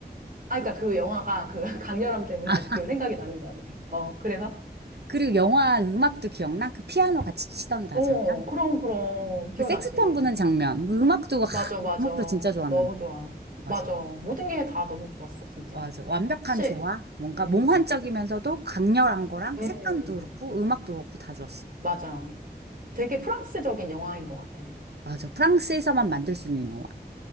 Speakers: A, on the right (about 55°); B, on the right (about 75°).
A: 아, 그러니까 그 영화가 그 <laughs> 강렬함 때문에
B: 아,
A: 아직도 생각이 나는 것 같아. 어, 그래서?
B: 그리고 영화 음악도 기억나? 그 피아노 같이 치던 다
A: 어,
B: 장면?
A: 그럼, 그럼. 기억나지.
B: 그 색소폰 부는 장면. 그 음악도, 하,
A: 맞아, 맞아.
B: 음악도 진짜 좋았는데.
A: 너무 좋아.
B: 맞아.
A: 맞아. 모든 게 다 너무 좋았어, 진짜.
B: 맞아. 완벽한
A: 사실,
B: 조화? 뭔가
A: 음,
B: 몽환적이면서도 강렬한 거랑
A: 음,
B: 색감도 그렇고 음악도 그렇고 다 좋았어.
A: 맞아. 되게 프랑스적인 영화인 것 같아. <laughs>
B: 맞아. 프랑스에서만 만들 수 있는 영화.